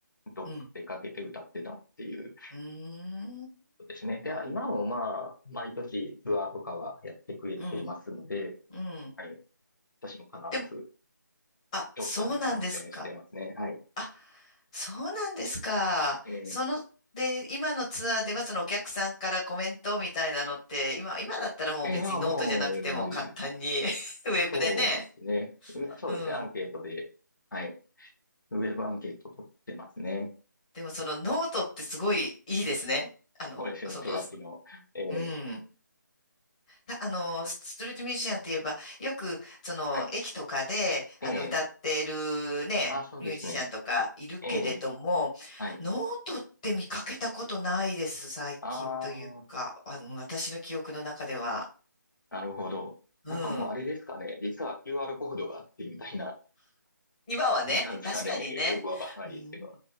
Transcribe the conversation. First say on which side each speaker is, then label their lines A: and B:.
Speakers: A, on the left; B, on the left.
A: どっか出かけて歌ってたっていうこ
B: うんうー
A: とですね。で、
B: ん。
A: 今もまあ、毎年ツアーとかはやってくれてますので、
B: うん。うん。
A: はい。私も必ず
B: でも、あ、
A: どっかに参戦してますね。
B: そうなんですか。
A: はい。
B: あ、そうなんですか。
A: ええ
B: その、で、今のツアーではそのお客さんからコメントみたいなのって、今、今だったらもう別にノートじゃなくても簡単に
A: ええまあもう、えー
B: <laughs> ウェブでね。
A: そうですね。今そうですね。
B: うん。
A: アンケートで、はい。ウェブアンケート取ってますね。
B: でもそのノートってすごいいいですね。あの、
A: これも手書きの。
B: その、
A: ええ
B: うん。たあの、ストリートミュージシャンって言えば、よく、その、
A: はい。
B: 駅とかで、あの、
A: ええ
B: 歌ってるね、
A: あ、そうですね。
B: ミュージシャンとかいるけれども、
A: ええはい。
B: ノートって見かけたことないです、最近というか、
A: ああ、
B: あの、私の記憶の中では。
A: なるほど。
B: うん。
A: なんかもうあれですかね。実は QR コードがあってみたいな
B: 今はね、
A: 感じなんですかね。
B: 確かにね。
A: よくわからないですけど。
B: うん、